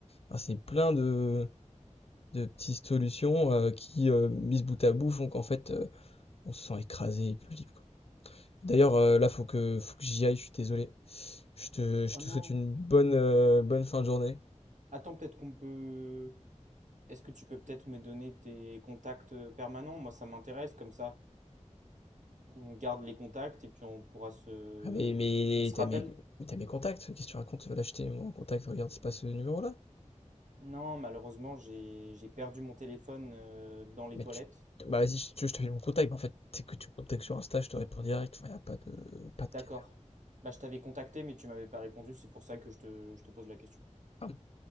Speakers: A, on the left (about 55°); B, on the right (about 80°).
A: Enfin, c'est plein de, de petites solutions euh, qui, euh, mises bout à bout, font qu'en fait, euh, on se sent écrasé et plus libre. D'ailleurs, euh, là, faut que, faut que j'y aille, je suis désolé. Je te, je
B: Oh
A: te
B: non,
A: souhaite une bonne, euh, bonne fin de journée.
B: attends, peut-être qu'on peut. Est-ce que tu peux peut-être me donner tes contacts permanents? Moi, ça m'intéresse, comme ça, on garde les contacts et puis on pourra se.
A: Ah, mais, mais
B: On se
A: t'as
B: rappelle?
A: mes, mais t'as mes contacts, qu'est-ce que tu racontes? Là, je t'ai mon contact, regarde, c'est pas ce numéro-là.
B: Non, malheureusement, j'ai j'ai perdu mon téléphone euh, dans les
A: Mais
B: toilettes.
A: tu, bah vas-y, si tu veux, je te fais mon contact, mais en fait, c'est que tu me contactes sur Insta, je te réponds direct, enfin, y a pas de, pas de
B: D'accord.
A: galère.
B: Bah, je t'avais contacté, mais tu m'avais pas répondu. C'est pour ça que je te, je te pose la question.
A: Ah,